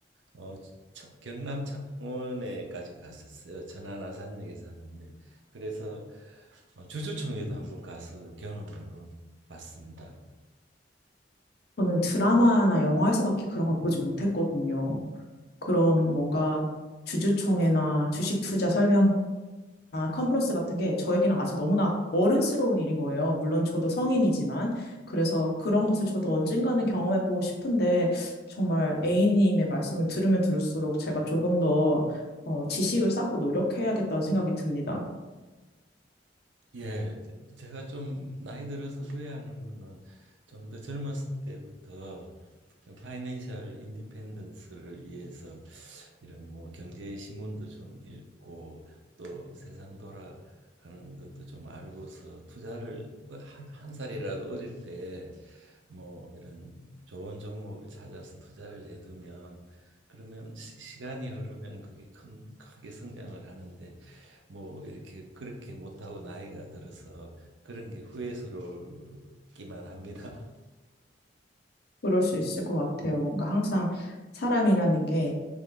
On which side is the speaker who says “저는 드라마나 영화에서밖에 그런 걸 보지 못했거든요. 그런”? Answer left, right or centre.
Left